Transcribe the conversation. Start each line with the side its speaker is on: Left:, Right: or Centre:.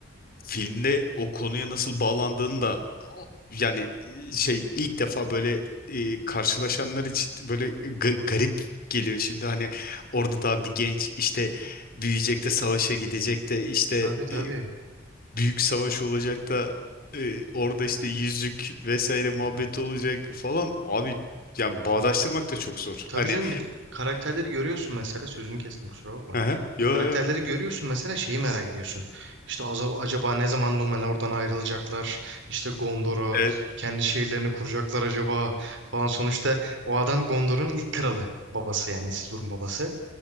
Left: filmde o konuya nasıl bağlandığını da o- yani e, şey ilk defa böyle e, karşılaşanlar için böyle ga- garip geliyor. Şimdi hani orada daha bir genç işte büyüyecek de savaşa gidecek de işte
Right: Tabii tabii.
Left: e, büyük savaş olacak da e, orada işte yüzük vesaire muhabbeti
Right: Hı hı.
Left: olacak falan. Abi ya bağdaştırmak da çok zor.
Right: Tabii
Left: Hani
Right: canım bir de karakterleri görüyorsun mesela sözünü kestim kusura bakma.
Left: Hı hı. yo
Right: Karakterleri görüyorsun mesela şeyi merak ediyorsun. İşte aza- acaba ne zaman Numenor oradan ayrılacaklar? İşte Gondor'a
Left: yo.
Right: kendi şehirlerini kuracaklar acaba falan. Sonuçta o adam Gondor'un ilk kralı babası yani Isildur'un babası.